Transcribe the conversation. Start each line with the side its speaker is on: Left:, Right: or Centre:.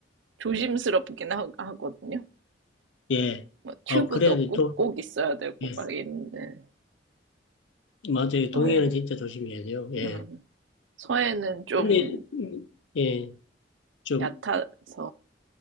Right: 조심스럽긴 하, 거든요뭐
Left: 예.
Right: 튜브도
Left: 아, 그래야 돼.
Right: 꼭,
Left: 도,
Right: 꼭 있어야 되고
Left: 예.
Right: 막 있는데
Left: 맞아요.
Right: 서해,
Left: 동해는 진짜 조심해야 돼요. 예.
Right: 음, 서해는 좀
Left: 근데 음, 예, 좀
Right: 얕아서,